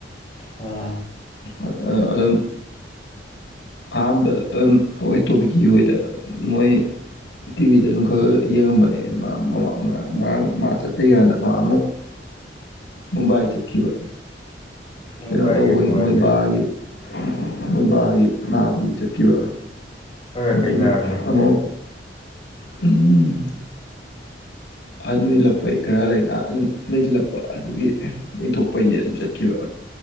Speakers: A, on the left; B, on the left.
A: ꯑꯣ
B: ꯑꯗꯨ ꯑꯗꯨꯝ ꯑꯍꯥꯟꯕ ꯑꯩꯣꯏ ꯇꯣꯕꯤꯛꯀꯤ ꯑꯣꯏꯅꯗ ꯃꯣꯏ ꯇꯤꯚꯤꯗ ꯑꯗꯨꯝ ꯈꯒ ꯌꯦꯡꯉꯝꯕꯅꯦ ꯃꯥ ꯃꯥ ꯃꯥ ꯃꯥꯡ ꯃꯥ ꯆꯠꯇꯤꯀꯥꯟꯗ ꯃꯥ ꯑꯃꯨꯛ ꯃꯨꯝꯕꯥꯥꯏ ꯆꯠꯈꯤꯕ
A: ꯎꯝ
B: ꯀꯩꯅꯣ
A: ꯚꯥꯏ
B: ꯇꯧꯕꯒꯤ
A: ꯀꯩꯗꯧꯕ
B: ꯃꯣꯏ
A: ꯍꯥꯏꯁꯦ
B: ꯕꯥꯒꯤ ꯃꯣꯏꯕꯥꯒꯤ ꯅꯥꯕꯒꯤ ꯆꯠꯈꯤꯕ
A: ꯅꯣꯏꯒ
B: ꯑꯗꯨꯗꯒꯤ
A: ꯀꯩ ꯅꯥꯔꯤꯅꯣ ꯍꯥꯏꯁꯦ
B: ꯑꯃꯨꯛ ꯎꯝ ꯑꯟ ꯑꯣꯏꯜꯂꯛꯄꯩ ꯈꯔ ꯂꯩꯅꯥ ꯁꯨꯝ ꯂꯩꯁꯤꯜꯂꯛꯄ ꯑꯗꯨꯒꯤ ꯌꯦꯡꯊꯣꯛꯄꯩꯅꯦ ꯑꯗꯨꯝ ꯆꯠꯈꯤꯕ